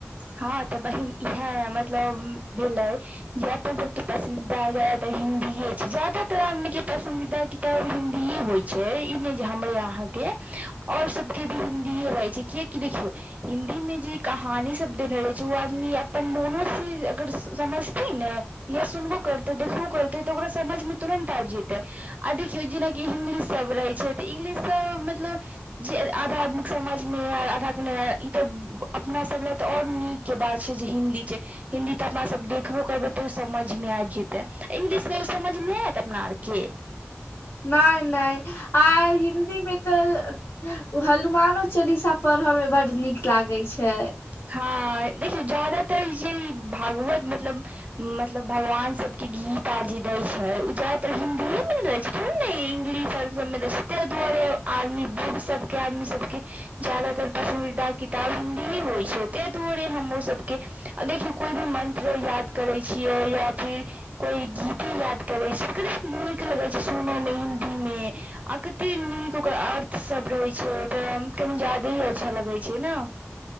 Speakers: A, on the right; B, on the left.
A: हँ तऽ बहिन इहा मतलब भेलैय जे अपन सबके पसन्दीदा जातर हिन्दीए छै ज्यातर आदमीक के पसन्दीदा कि तऽ हिन्दीे होइ छै ई ने जे हमरे यहाँ के और सबके भी हिन्दीे रहै छै किया देखियौ हिन्दी में जे कहानी सब देने रहै छै ओ आदमी अपन मोनोसँ अगर समझथिन ने। या सुनबो करते देखबो करते तऽ ओकरा समझ मे तुरंत आबि जेते। आ देखियौ जेनाकि इंग्लिशसभ रहै छै तऽ इंग्लिशसभ मतलब जे आधा आदमीके समाझमे ऐल आधा के नहि ऐल ई तऽ अपनासब ल तऽ और नीक के बात छै जे हिन्दी छै हिन्दी तऽ अपना सब देखबो करबैय तऽ समझमे आइब जेतै इंग्लिश कहियो समझ मे न ऐत अपना आरके।
B: नहि नहि आ हिन्दीमे तऽ ओ हनुमानो चालीसा पढ़य मे बड्ड नीक लागैत छै।
A: हँ देखियौ जदातर जे भागवत मतलब मतलब भगवान सब कि गीत आर जे दै छै ओ जादातर हिन्दियएमे लै छै थोरो ने इंग्लिश आर सबमे दै छै। तैं दुआरे आदमी बूढ़ सब आदमी सबके ज्यादातर पसन्दीदा किताब हिन्दीये होय छैते दूरे हमरो सबके, आ देखियौ कोइ भी मन्त्र याद करै छियै या फिर कोई गीते याद करे छै, कतेक नीक लगै छै सुनय में हिन्दी में? आ कत ते नीक ओकर अर्थ सब रहै छै, तऽ कनी जादे ही अच्छा लगै छै ना?